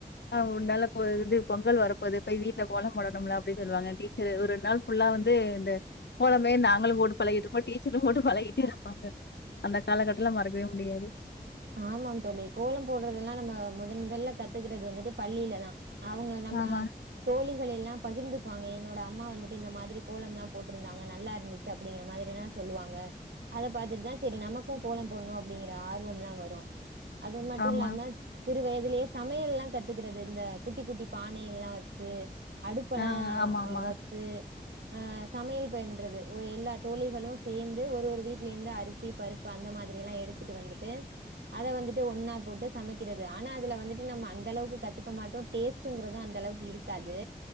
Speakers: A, on the left; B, on the right.
A: ஆஹ் ஒரு நாள்ள இது பொங்கல் வரப்போது போய் வீட்ல கோலம் போடணும்ல அப்டினு சொல்லுவாங்க டீச்சரு ஒரு ரெண்டு நாள் ஃபுல்லா வந்து இந்த கோலமே நாங்களு போட்டு பழகிட்ருப்போ டீச்சரு போட்டு பழகிட்டே இருப்பாங்க அந்த காலகட்டல மறக்கவே முடியாது
B: ஆமாங்க் தோழி கோலோ போட்றதெல்லா நம்ம முதன் முதல கத்துக்குட்டது வந்துட்டு பள்ளில தா அவங்க நம்ம
A: ஆமா,
B: தோழி வேலைல்லா பகிர்ந்துக்வாங்க என்னோட அம்மா வந்துட்டு இந்த மாதிரி கோலம்லா போட்ருந்தாங்க நல்லா இருந்துச்சு அப்டிங்குற மாதிரிலா சொல்லுவாங்க அத பாத்துட்டுதா செரி நமக்கூ கோலோ போடுனு அப்டிங்குற ஆர்வம்லா வரு தோ அது மட்டுல்லாம
A: ஆமா.
B: சிறு வயதுலயே சமையல்லா கத்துக்குறது இந்த குட்டி குட்டி பானையெல்லா வச்சி அடுப்பலா
A: ஆ ஆமாமா.
B: ஆ வச்சு ஆ சமையல் பெண்றது ஒ எல்லா தோழிகளு சேந்து ஒரு ஒரு வீட்லேந்து அரிசி பருப்பு அந்த மாதிரில்லா எடுத்துட்டு வந்துட்டு அத வந்துட்டு ஒன்னா போட்டு சமக்கிறது ஆனா அதுல வந்துட்டு நம்ம அந்த அளவுக்கு கத்துக்க மாட்டோ டேஸ்டுங்குறது அந்த அளவுக்கு இருக்காது